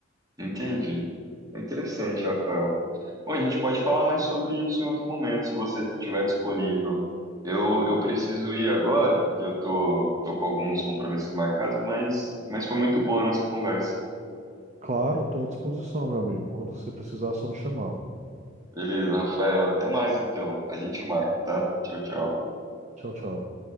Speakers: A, on the right; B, on the right.
A: Entendi. É Interessante, Rafael. Bom, a gente pode falar mais sobre isso em outro momento, se você estiver disponível. Eu, eu preciso ir agora, porque eu tô, tô com alguns compromissos marcados, mas, mas foi muito boa a nossa conversa.
B: Claro, estou à disposição, meu amigo. Quando você precisar, é só me chamar.
A: Beleza, Rafael, até mais então. A gente marca, tá? Tchau, tchau.
B: Tchau, tchau.